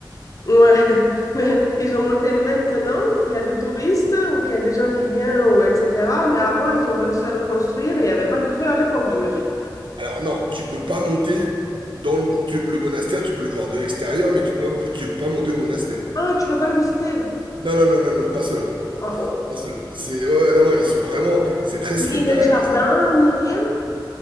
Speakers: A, on the left (about 45°); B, on the right (about 85°).
A: Ouais, <laughs> mais ils ont monté maintenant qu'il y a des touristes ou qu'il y a des gens qui viennent ou etc. Mais avant, ils ont réussi à le construire et il n'y avait pas de grue à l'époque, j'imagine.
B: Alors non, tu peux pas monter dans le, tu- le monastère, tu peux le voir de l'extérieur, mais tu peux, tu peux pas monter au monastère.
A: Ah, tu peux pas le visiter.
B: Non, non, non, non, non, non, pas cela.
A: Ah, on-
B: Pas ceux-là. C'est, ouais, ouais, non, non, ils sont vraiment, c'est très strict,
A: Ni le
B: hein, la
A: jardin,
B: Grèce, là-dessus.
A: ni rien.